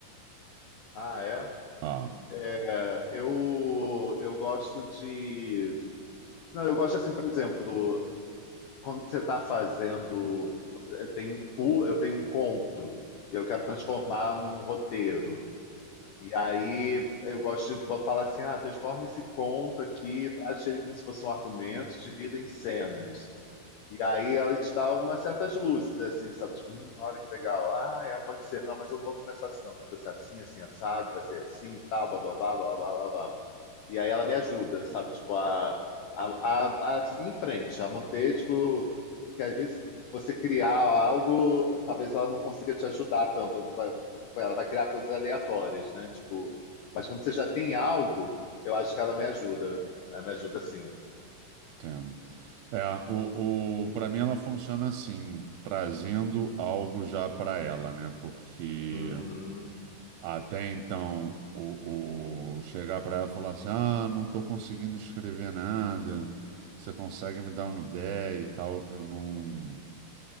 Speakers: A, on the left; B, on the right.
A: Ah, é?
B: Ah,
A: É, Eu, eu gosto de. Não, eu gosto assim, por exemplo. quando você está fazendo, eu tenho um cu- eu tenho um conto e eu quero transformar num roteiro. E aí eu gosto de falar assim, ah, transforma esse conto aqui, trate ele como se fosse um argumento, e divida em cenas. E aí ela te dá umas certas luzes, assim, sabe? Tipo, hum, olha que legal. Ah, é, pode ser. Não, mas eu não vou começar assim, não. Vou começar assim, assim, assado, vai ser assim, e tal, bababá, babá, babá. E aí ela me ajuda, sabe? Tipo, a, a, a, a seguir em frente, a manter, tipo, que às vezes você criar algo, talvez ela não consiga te ajudar tanto. Ela vai criar coisas aleatórias, né? Tipo, mas quando você já tem algo, eu acho que ela me ajuda. Ela me ajuda sim.
B: entendo. É, o, o, para mim ela funciona assim, trazendo algo já pra ela, né? Porque
A: Uhum.
B: até então o, o chegar pra ela e falar assim, ah, não tô conseguindo escrever nada. Você consegue me dar uma ideia e tal? Eu não